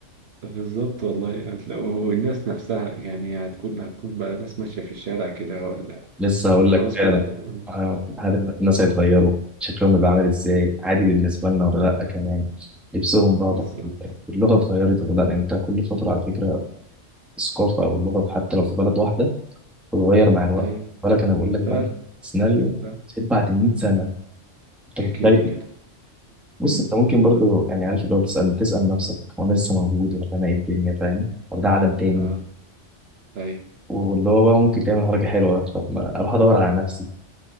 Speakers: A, on the right (about 60°); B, in the centre.
A: بالظبط والله هتلاقوا والناس نفسها يعني هتكون هتكون بقى ناس ماشيه في الشارع كده ولا
B: لسه هقول
A: ولا
B: لك
A: خلاص
B: فعلا
A: كو...
B: آه،
A: مم.
B: هل الناس هيتغيروا شكلهم يبقى عامل ازاي عادي بالنسبه لنا ولا لا كمان لبسهم بقى
A: بالظبط
B: طب اللغه اتغيرت ولا لا لأن انت كل فتره على فكره الثقافه او اللغه حتى لو في بلد واحده بتتغير مع الوقت
A: ايوه
B: بالك انا بقول لك بقى
A: فعلا
B: سيناريو
A: فعلا.
B: سيد بعد 100 سنه انت
A: احكي
B: متخيل
A: لي كده
B: بص
A: مم.
B: انت ممكن برضو يعني عارف اللي هو تسال تسال نفسك هو انا لسه موجود ولا انا ايه الدنيا فاهم ولا ده عالم تاني
A: اه ايوه
B: واللي هو بقى ممكن تعمل حركه حلوه طب ما اروح ادور على نفسي